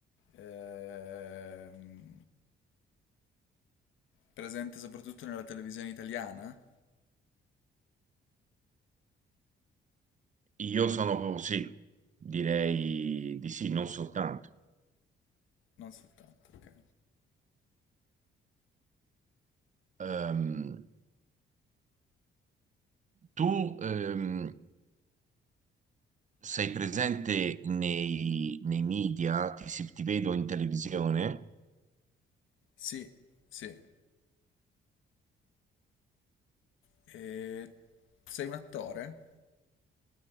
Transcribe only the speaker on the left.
ehm, Presente soprattutto nella televisione italiana?
Non soltanto, ok.
Sì, sì. Eh, sei un attore?